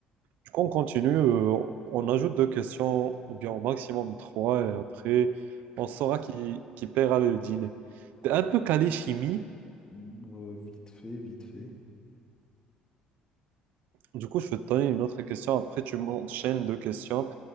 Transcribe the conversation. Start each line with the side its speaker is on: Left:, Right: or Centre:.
Right: Du coup, on continue. euh, on ajoute deux questions, ou bien au maximum trois, et après, on saura qui, qui paiera le dîner. T'es un peu calé chimie,
Left: Bon, Euh, vite fait, vite fait.
Right: Du coup, je vais te donner une autre question. Après, tu m'enchaînes deux questions.